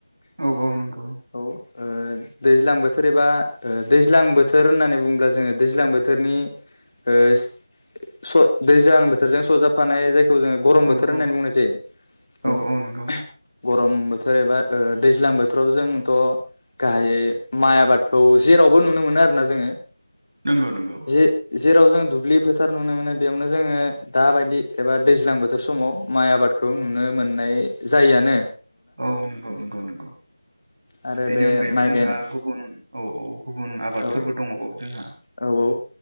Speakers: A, on the right (about 55°); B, on the left (about 45°).
A: औ औ नंगौ।
B: औ ओ दैज्लां बोथोर एबा दैज्लां बोथोर होननानै बुङोब्ला जोङो दैज्लां बोथोरनि ओ स दैजां बोथोरजों सजाब फानाय जायखौ जोङो गरम
A: औ
B: बोथोर होननानै
A: औ
B: बुंनाय जायो
A: औ
B: औ।
A: नंगौ
B: गरम बोथोर एबा ओ दैज्लां बोथोराव जोंथ'‌ गाहायै माय आबादखौ जेरावबो नुनो मोनो आरो ना जोंङो।
A: नंगौ नंगौ
B: जे जेरावजों दुब्लि फोथार नुनो मोनो बेयावनो जोङो दाबायदि एबा दैज्लां बोथोर समाव माइ आबादखौ नुनो मोननाय जायआनो।
A: ओ नंगौ नंगौ
B: आरो
A: बेनि
B: बे
A: अनगायैबो
B: माइ
A: जोंहा
B: गायनाय
A: गुबुन औ औ गुबुन आबादफोरबो
B: औ
A: दङबाव जोंहा
B: औ औ